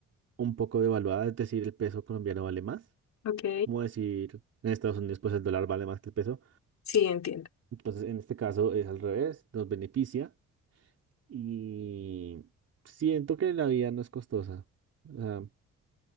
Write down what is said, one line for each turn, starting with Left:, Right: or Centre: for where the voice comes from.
Right: un poco devaluada, es decir, el peso colombiano vale más.
Left: Ok,
Right: Es como decir, en Estados Unidos pues el dólar vale más que el peso.
Left: sí, entiendo.
Right: Entonces, en este caso es al revés, nos beneficia y siento que la vida no es costosa. O sea,